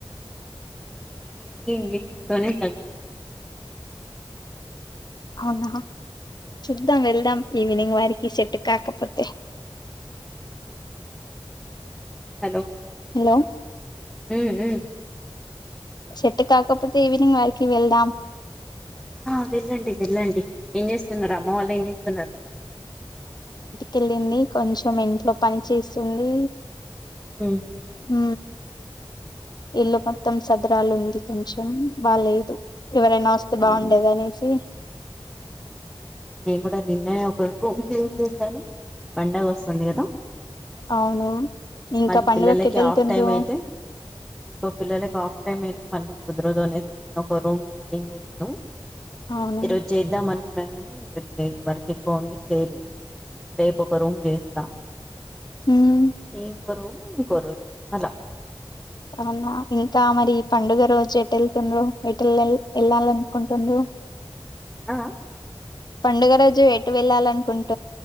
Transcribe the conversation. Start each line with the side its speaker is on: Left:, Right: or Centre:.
Centre: తగ్గెది ఇంజెక్షన్ తొనే తగ్
Left: అవునా చూద్దాం వెళ్దాం ఈవినింగ్ వారికి సెట్టు కాకపోతే
Centre: హలో
Left: హలో
Centre: ఉ ఉ
Left: సెట్ కాకపోతే ఈవినింగ్ వరకి వెళ్దాం
Centre: ఆ వెళ్ళండి వెళ్ళండి ఏం చేస్తున్నారు అమ్మ వాళ్ళు ఏం చేస్తున్నారు మరి
Left: కెళ్ళింది కొంచెం ఇంట్లో పని చేస్తుంది
Centre: ఉమ్
Left: హ ఇల్లు మొత్తం సదరాలు ఉంది కొంచెం బాలేదు ఎవరైనా వస్తే బాగుండేదనేసి
Centre: అవునా అవునా నేను కూడా నిన్ననే ఒక రూమ్ క్లీన్ చేశాను పండగ వస్తుంది కదా
Left: అవును ఇంకా
Centre: మళ్ళీ
Left: పండుగకి
Centre: పిల్లలకి
Left: ఎటు వెళ్తుండ్రు
Centre: ఆఫ్ టైమ్ అయితే ఇంకో పిల్లలకి ఆఫ్ టైం అయితే మళ్ళీ కుదరదు అనేసి నిన్న ఒక రూమ్ క్లీన్ చేశాను
Left: అవును
Centre: ఈరోజు చేద్దాంమను కున్నాను కానీ <unintelligible> వర్క్ ఎక్కువ ఉండి చేయలేదు రేపు ఒక రూమ్ చేస్తా
Left: ఉమ్
Centre: ఏం ఒక రూము ఇంకో రోజు అలా
Left: అవునా ఇంకా మరి పండుగ రోజు ఎటెల్ళ్తుండ్రు టెల్లల్ ఎల్లాలనుకుంటుందు
Centre: ఆ
Left: పండుగరోజు ఎటు వెళ్ళాలనుకుంటు